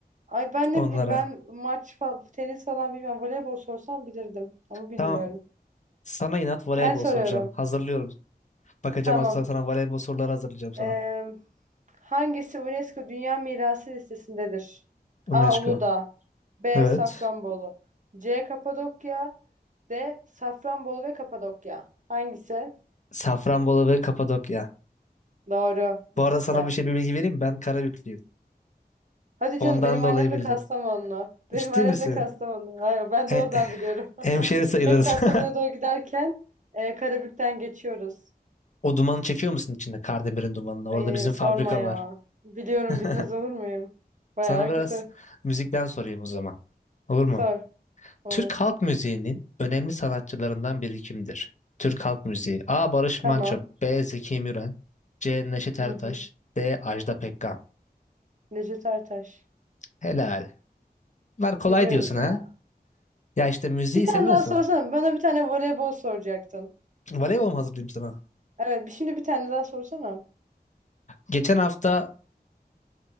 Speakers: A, on the right (about 50°); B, on the left (about 45°).
A: Ay ben
B: onlara.
A: ne bileyim ben maç falan, tenis falan bilmem. Voleybol sorsam bilirdim ama bilmiyorum.
B: Tamam. Sana inat voleybol
A: Ben soruyorum.
B: soracağım. Hazırlıyorum. Bakacağım
A: Tamam.
B: hatta sana voleybol soruları hazırlayacağım sana.
A: Ee, hangisi UNESCO Dünya Mirası listesindedir?
B: UNESCO.
A: A. Uludağ B.
B: Evet.
A: Safranbolu C. Kapadokya D. Safranbolu ve Kapadokya. Hangisi?
B: Safranbolu ve Kapadokya.
A: Doğru. İkisi
B: Bu arada sana
A: de.
B: bir şey bir bilgi vereyim mi? Ben Karabüklüyüm.
A: Hadi
B: Ondan
A: canım benim
B: dolayı
A: annem de
B: bildin.
A: Kastamonlu. Benim
B: Ciddi
A: annem
B: misin?
A: de Kastamonu. Hayır ben de
B: E,
A: oradan biliyorum.
B: <laughs> hemşeri
A: <laughs>
B: sayılırız.
A: Hep Kastamonu'ya
B: <laughs>
A: doğru giderken e, Karabük'ten geçiyoruz.
B: O dumanı çekiyor musun içinde? Kardemir'in dumanını.
A: Ay,
B: Orada bizim
A: sorma
B: fabrika
A: ya.
B: var.
A: Biliyorum
B: <laughs>
A: bilmez olur muyum? Baya
B: Sana biraz
A: kötü.
B: müzikten sorayım o zaman. Olur mu?
A: Sor. Olur.
B: Türk halk müziğinin önemli sanatçılarından biri kimdir? Türk halk müziği. A. Barış
A: Tamam.
B: Manço. B. Zeki Müren. C. Neşet Ertaş.
A: Hı hı.
B: D. Ajda Pekkan.
A: Necdet Ertaş.
B: Helal. Bunlar kolay
A: Biliyoruz
B: diyorsun
A: ya.
B: ha? Ya işte müziği
A: Bir tane
B: seviyorsun.
A: daha sorsana. Bana bir tane voleybol soracaktın.
B: Voleybol mu hazırlayayım sana?
A: Evet bir- şimdi bir tane daha sorsana.
B: Geçen hafta